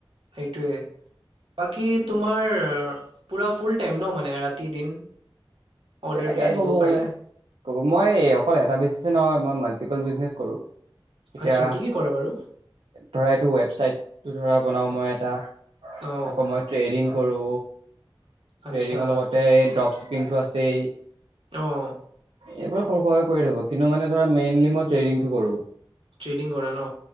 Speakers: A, on the right; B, on the right.
A: সেইটয়ে বাকী তোমাৰ পুৰা ফুল টাইম ন মানে ৰাতি দিন অৰ্ডাৰ
B: তেনেকাইে
A: বিলাক দিব
B: কব
A: পাৰি
B: গ'লে কব মই অকল এটা বিজনে নহয় মই মাল্টিপল বিজনে কৰোঁ এতিয়া
A: আচ্ছা কি কি কৰা বাৰু
B: ধৰা এইটো ৱেবচাইট তটো ধৰা বনাও মই এটা
A: অ
B: আকৌ মই ট্ৰেডিং কৰো ট্ৰেডিঙৰ
A: আচ্ছা
B: লগতে এই ড্ৰপ কিন্তু আছে তে
A: অহ
B: এইবোৰ সৰু সহ কৰি থাকো কিন্তু মানে ধৰা মেইনলি মই ট্ৰেডিংটো কৰো
A: ট্ৰেডিং কৰা ন